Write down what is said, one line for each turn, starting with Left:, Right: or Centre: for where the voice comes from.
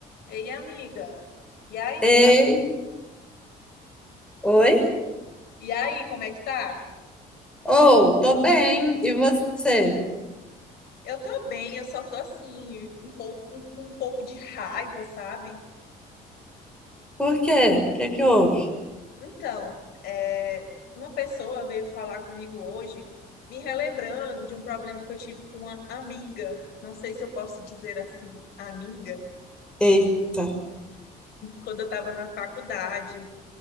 Left: Ei, amiga. E aí?
Centre: Ei, oi?
Left: E aí, como é que tá?
Centre: Ou, tô bem, e você?
Left: Eu tô bem, eu só tô assim, um pouco, um, um pouco de raiva, sabe?
Centre: Por quê? O que é que houve?
Left: Então, é, uma pessoa veio falar comigo hoje, me relembrando de um problema que eu tive com uma amiga. Não sei se eu posso dizer assim, amiga,
Centre: Eita.
Left: quando eu estava na faculdade.